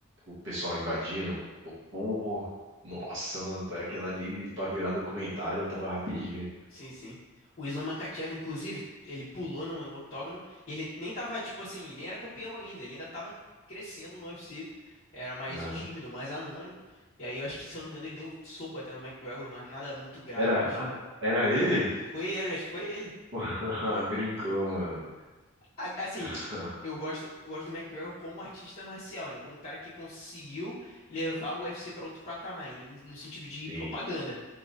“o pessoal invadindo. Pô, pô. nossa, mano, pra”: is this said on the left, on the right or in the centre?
Right